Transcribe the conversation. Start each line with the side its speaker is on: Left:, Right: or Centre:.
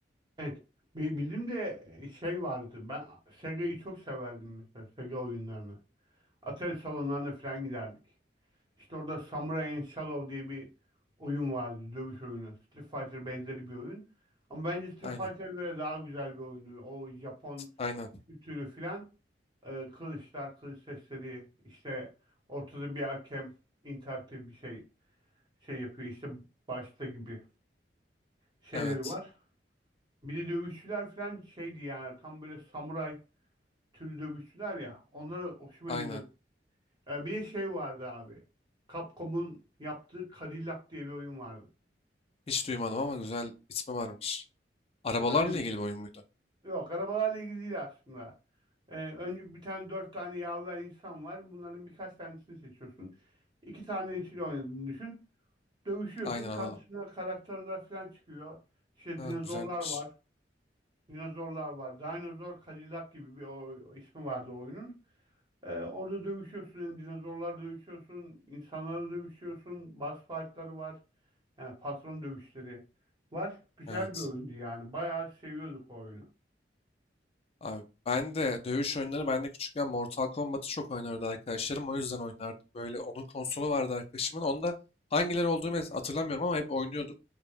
Right: Evet. Bi- Bizim de şey vardı. Ben Sega'yı çok severdim mesela. Sega oyunlarını. Atari salonlarına falan giderdik. İşte orada Samurai and Shadow diye bir oyun vardı. Dövüş oyunu. Street Fighter benzeri bir oyun. Ama bence Street
Left: Aynen.
Right: Fighter'a göre daha güzel bir oyundu. O Japon
Left: Aynen.
Right: kültürü filan, e, kılıçlar, kılıç sesleri. işte ortada bir hakem interaktif bir şey şey yapıyor. İşte başta gibi şeyleri
Left: Evet.
Right: var. Bir de dövüşçüler filan şeydi yani. Tam böyle samuray türü dövüşçüler ya. Onlara hoşuma
Left: Aynen.
Right: gidiyordu. E, bir de şey vardı abi. Capcom'un yaptığı Cadillac diye bir oyun vardı.
Left: Hiç duymadım ama güzel ismi varmış. Arabalarla
Right: Cadillac.
Left: ilgili bir oyun muydu?
Right: Yok arabalarla ilgili değil aslında. E, önce bir tane dört tane yavru insan var. Bunların birkaç tanesini seçiyorsun. İki tane ikili oynadığını düşün. Dövüşüyorsun.
Left: Aynen anladım.
Right: Karşına karakterler falan çıkıyor. İşte
Left: Ha,
Right: dinozorlar
Left: güzelmiş.
Right: var. Dinozorlar var. Dinozor Cadillac gibi bir o, o ismi vardı o oyunun. Ee, orada dövüşüyorsun hem dinozorlarla dövüşüyorsun, insanlarla dövüşüyorsun, boss fight'ları var. Yani patron dövüşleri var. Güzel
Left: Evet.
Right: bir oyundu yani. Bayağı seviyorduk o oyunu.
Left: Abi ben de dövüş oyunları ben de küçükken Mortal Kombat'ı çok oynardı arkadaşlarım. O yüzden oynardım. Böyle onun konsolu vardı arkadaşımın. Onda hangileri olduğunu mes- hatırlamıyorum ama hep oynuyorduk.